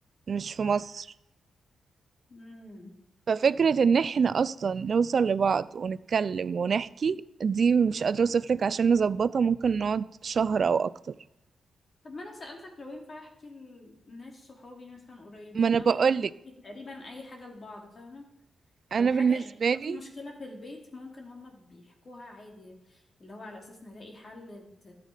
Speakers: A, on the right; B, on the left.
A: مش في مصر
B: امم
A: ففكرة ان احنا اصلا نوصل لبعض ونتكلم ونحكي دي مش قادرة اوصفلك عشان نظبطها ممكن نقعد شهر او اكتر
B: طب ما انا سألتك لو ينفع احكي لناس صحابي مثلا قريبين
A: ما انا
B: قوي
A: بقولك
B: ومش تقريبا اي حاجة لبعض فاهمة
A: انا
B: لو حاجة
A: بالنسبة
B: ايه
A: لي
B: لو في مشكلة في البيت ممكن هما بيحكوها عادي اللي هو على اساس نلاقي حل ت-